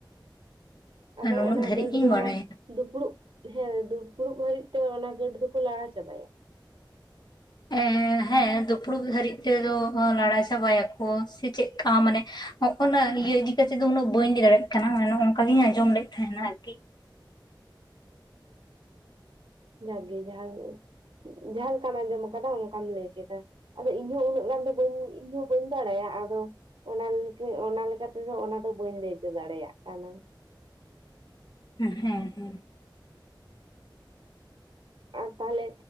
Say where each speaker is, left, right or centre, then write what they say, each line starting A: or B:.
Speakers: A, on the left; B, on the right.
A: ᱾
B: ᱟᱫᱚ
A: ᱟᱨ ᱱᱩᱱᱟᱹᱜ
B: ᱚᱱᱟ
A: ᱫᱷᱟᱹᱨᱤᱡ
B: ᱜᱟᱹᱰ
A: ᱜᱤᱧ
B: ᱫᱚ
A: ᱵᱟᱲᱟᱭᱟ ᱾
B: ᱫᱩᱯᱲᱩᱵ ᱦᱮᱸ ᱫᱩᱯᱲᱩᱵ ᱦᱟᱹᱨᱤᱡ ᱛᱮ ᱚᱱᱟ ᱜᱟᱹᱴ ᱫᱚᱠᱚ ᱞᱟᱲᱟ ᱪᱟᱵᱟᱭᱟ ᱾
A: ᱮᱸᱻ ᱦᱮᱸ ᱫᱩᱯᱲᱩᱵ ᱫᱷᱟᱹᱨᱤᱡ ᱛᱮᱫᱚ ᱞᱟᱲᱟ ᱪᱟᱵᱟᱭᱟ ᱠᱚ ᱥᱮ ᱪᱮᱫᱠᱟ ᱢᱟᱱᱮ ᱦᱚᱠᱟᱱᱟ ᱤᱭᱟᱹ ᱤᱫᱤ ᱠᱟᱛᱮᱫ ᱫᱚ ᱩᱱᱟᱹᱜ ᱵᱟᱹᱧ ᱞᱟᱹᱭ ᱫᱟᱲᱮᱭᱟᱜ ᱠᱟᱱᱟ ᱢᱟᱱᱮ ᱱᱚᱜ-ᱚ ᱱᱟᱝᱠᱟ ᱜᱤᱧ ᱟᱸᱡᱚᱢ ᱞᱮᱫ ᱛᱟᱦᱮᱱᱟ ᱟᱨᱠᱤ᱾ <unintelligible>
B: ᱡᱟᱜᱮ ᱡᱟᱦᱟᱸᱜ ᱡᱟᱦᱟ ᱞᱮᱠᱟᱢ ᱟᱸᱡᱚᱢ ᱟᱠᱟᱫᱟ ᱚᱱᱠᱟᱢ ᱞᱟᱹᱭ ᱠᱮᱫᱟ ᱾ ᱟᱫᱚ ᱤᱧᱦᱚᱸ ᱩᱱᱟᱹᱜ ᱜᱟᱱ ᱫᱚ ᱤᱧᱦᱚᱸ ᱵᱟᱹᱧ ᱵᱟᱲᱟᱭᱟ ᱟᱫᱚ ᱚᱱᱟ ᱞᱮᱠᱟ ᱚᱱᱟ ᱞᱮᱠᱟ ᱛᱮᱫᱚ ᱚᱱᱟᱫᱚ ᱵᱟᱹᱧ ᱞᱟᱹᱭᱪᱚ ᱫᱟᱲᱮᱭᱟᱜ ᱠᱟᱱᱟ ᱾
A: ᱦᱸ ᱦᱮᱸ ᱦᱮᱸ ᱾
B: ᱟᱨ ᱛᱟᱦᱚᱞᱮ